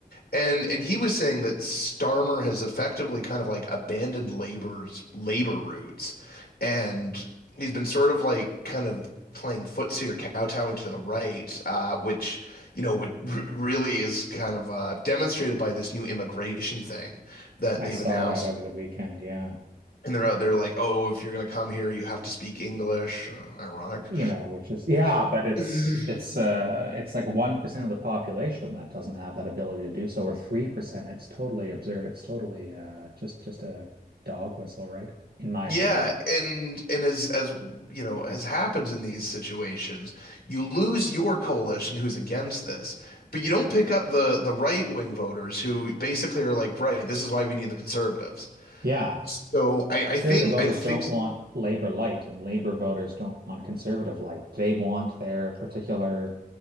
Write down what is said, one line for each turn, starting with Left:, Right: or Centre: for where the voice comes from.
Left: and and he was saying that Starmer has effectively kind of like abandoned labor's labor roots, and he's been sort of like kind of playing footsie or kowtowing to the right, uh, which you know would r really is kind of uh, demonstrated by this new immigration thing that
Right: I
Left: they've
Right: saw
Left: announced
Right: that over the weekend. Yeah.
Left: and they're out there like, oh, if you're gonna come here, you have to speak English. Uh, ironic.
Right: you know, which is yeah, but it's
Left: <laughs>
Right: it's uh it's like 1% of the population that doesn't have that ability to do so, or 3%. It's totally absurd. It's totally uh just just a dog whistle, right? In my
Left: Yeah,
Right: opinion.
Left: and and as as you know, as happens in these situations, you lose your coalition who's against this, but you don't pick up the the right wing voters who basically are like, right, this is why we need the conservatives.
Right: Yeah.
Left: So I
Right: Conservative
Left: I think
Right: voters
Left: I think
Right: don't want Labor light, and Labor voters don't want conservative light. They want their particular